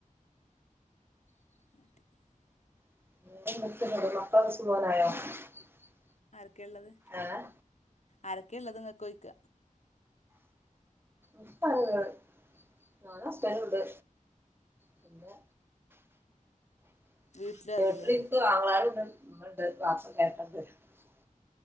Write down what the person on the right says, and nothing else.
<unintelligible>
ഏഹ്
ഉപ്പയുണ്ട് ഞാനും ഹസ്ബന്റും ഉണ്ട് പിന്നെ <unintelligible>